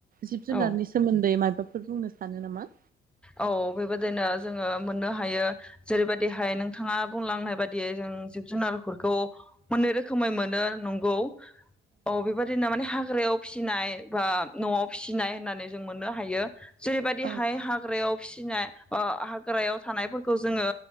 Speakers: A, on the right; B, in the centre.
A: जिब जुनारनि
B: औ
A: सोमोन्दै मायबा फोर बुंनो सानो नामा?
B: औ बेबादिनो जोङो मोननो हायो जेरैबादिहाय नोंथाङा बुंलांनाय बादियै जों जिब जुनारफोरखौ मोननै रोखोमै मोनो नंगौ। औ बेबादिनो माने हाग्रायाव फिसिनाय बा न'आव फिसिनाय होननानै जों मोननो हायो जेरैबादिहाय
A: औ
B: हा ग्रायाव फिसिनाय ओ हाग्रायाव थानायफोरखौ जोङो